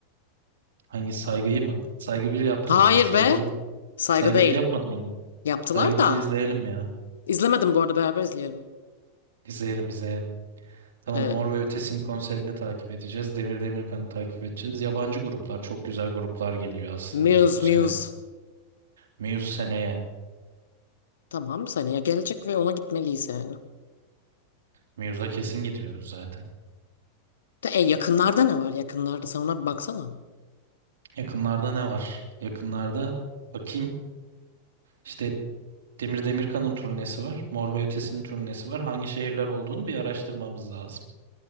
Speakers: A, on the right (about 65°); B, on the left (about 65°).
A: Hangi Saygı'yı mı? Saygı bir yaptı
B: Hayır
A: onlar. Saygı
B: be.
A: 1,
B: Saygı
A: Saygı
B: değil.
A: 1 yapmadım onu.
B: Yaptılar
A: Saygı
B: da.
A: 1'i izleyelim ya.
B: İzlemedim bu arada beraber izleyelim.
A: İzleyelim izleyelim. Tamam
B: E,
A: Mor ve Ötesi'nin konserini takip edeceğiz. Demir Demirkan'ı takip edeceğiz. Yabancı gruplar çok güzel gruplar geliyor aslında
B: Muse
A: bu sene.
B: Muse.
A: Muse seneye.
B: Tamam seneye gelecek ve ona gitmeliyiz yani.
A: Muse'a kesin gidiyoruz zaten.
B: De, e, yakınlarda ne var yakınlarda sen ona bir baksana.
A: Yakınlarda ne var? Yakınlarda bakayım. İşte Demir Demirkan'ın turnesi var. Mor ve Ötesi'nin turnesi var. Hangi şehirler olduğunu bir araştırmamız lazım.